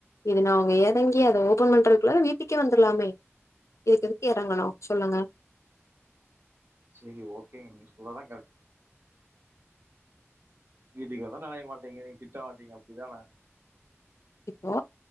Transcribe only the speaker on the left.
இது நா அங்க எறங்கி அத ஓபன் பண்றக்குல்லார வீட்டுக்கே வந்தர்லாமே இதுக்கெதுக்கு எறங்கனு சொல்லுங்க
இப்போ